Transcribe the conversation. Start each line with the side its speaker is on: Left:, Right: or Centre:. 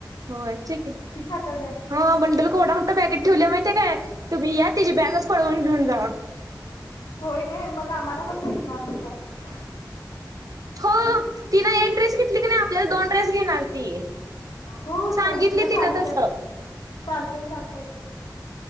Right: होय, ठीक आहे.
Left: किती आठवल्या
Right: हा बंडल केवढा मोठा बॅगेत ठेवल्या माहितेय काय? तुम्ही या तिची बॅगच पळवून घेऊन जावा.
Left: होय काय, मग आम्हाला पण भेटणार मग काय.
Right: हो
Left: हम्
Right: तिन एक ड्रेस घेतली की नाही आपल्याला दोन ड्रेस घेणार ती.
Left: होय
Right: सांगितली
Left: मग चालतय
Right: तिनं तसं.
Left: चालतय चालतय